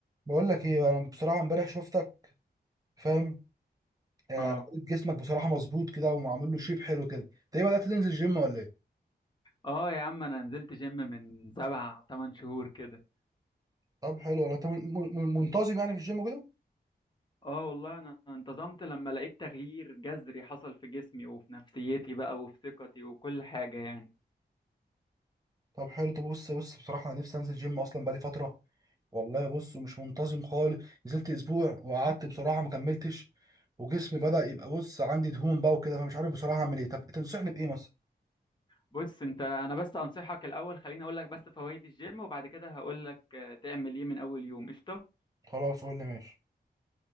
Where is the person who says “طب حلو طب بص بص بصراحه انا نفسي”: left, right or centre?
Right